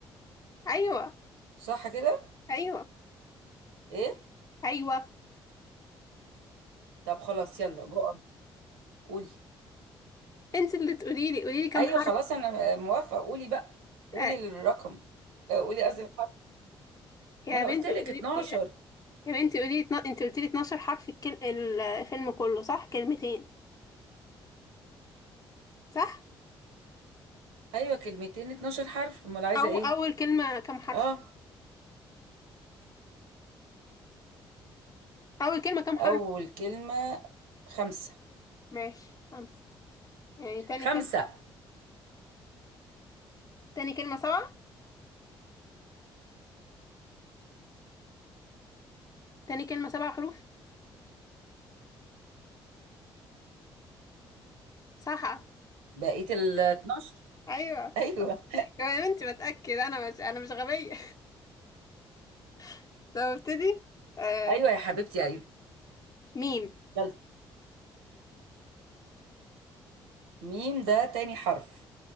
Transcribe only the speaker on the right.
صح كده
ايه
طب خلاص يلا جو قولي
ايوه
خلاص انا موافقه قولي بقى قولي
الرقم اه، قولي قصدي الحرف
ما انا
قلت لك
12
ايوه كلمتين 12 حرف امال عايزه
ايه
اه
اول كلمه خمسه
خمسه
بقيه ال 12
<laughs> ايوه
ايوه يا حبيبتي ايوه
يلا ميم ده تاني حرف